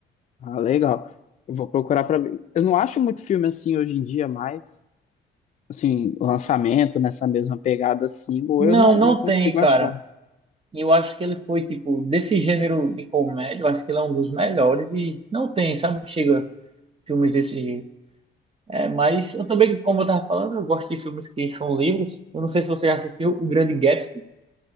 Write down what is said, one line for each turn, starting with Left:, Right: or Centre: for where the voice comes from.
Left: Ah, legal. Eu vou procurar pra ver. Eu não acho muito filme assim hoje em dia, mas, assim, lançamento nessa mesma pegada assim, ou
Right: Não,
Left: eu não,
Right: não
Left: não consigo
Right: tem, cara.
Left: achar.
Right: E eu acho que ele foi, tipo, desse gênero de comédia, eu acho que ele é um dos melhores e não tem, sabe? Chega filmes desse jeito. É, mas eu também, como eu tava falando, eu gosto de filmes que são livros. Eu não sei se você já assistiu O Grande Gatsby